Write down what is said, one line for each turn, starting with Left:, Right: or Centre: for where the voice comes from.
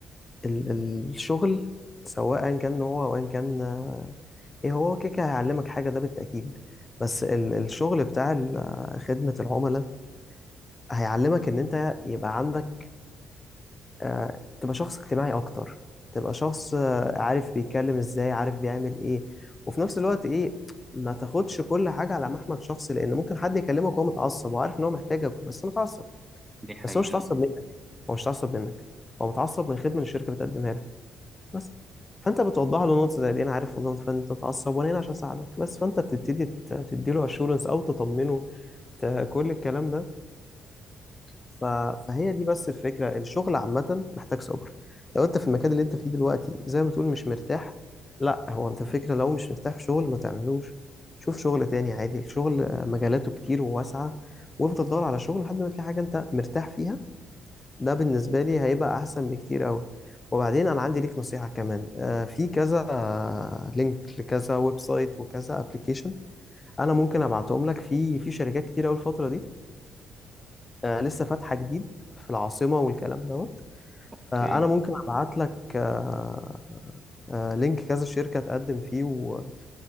Left: ال ال- الشغل سواء كان نوعه أو أيا كان آه، ايه هو كده كده هيعلمك حاجة ده بالتأكيد بس ال الشغل بتاع ال- آه، خدمة العملاء هيعلمك ان انت يبقى عندك آه، تبقى شخص اجتماعي اكتر تبقى شخص آه، عارف بيتكلم ازاي عارف بيعمل ايه وفي نفس الوقت ايه ما تاخدش كل حاجه على محمل شخصي لان ممكن حد يكلمك وهو متعصب وعارف ان هو محتاجك بس متعصب
Right: دي حقيقة
Left: بس هو مش متعصب منك هو مش متعصب منك هو متعصب من الخدمه اللي الشركه بتقدمها له بس فانت بتوضح له نقطه زي دي انا عارف والله إن انت متعصب وانا هنا عشان اساعدك بس فانت بتبتدي تدي له اشورنس او تطمنه ت- كل الكلام ده ف... فهي دي بس الفكرة الشغل عامة محتاج صبر لو انت في المكان اللي انت فيه دلوقتي زي ما بتقول مش مرتاح لا هو انت فكرة لو مش مرتاح في شغل ما تعملوش شوف شغل تاني عادي الشغل آه، مجالاته كتير وواسعة وافضل دور على شغل لحد ما تلاقي حاجة انت مرتاح فيها ده بالنسبة لي هيبقى احسن بكتير قوي وبعدين انا عندي ليك نصيحة كمان آه، في كذا آه، لينك لكذا ويب سايت وكذا ابلكيشن انا ممكن ابعتهم لك في في شركات كتير قوي الفترة دي آه، لسه فاتحة جديد في العاصمة والكلام دوت
Right: اوكي
Left: فأنا ممكن أبعت لك آه، آه، لينك كذا شركة تقدم فيه و...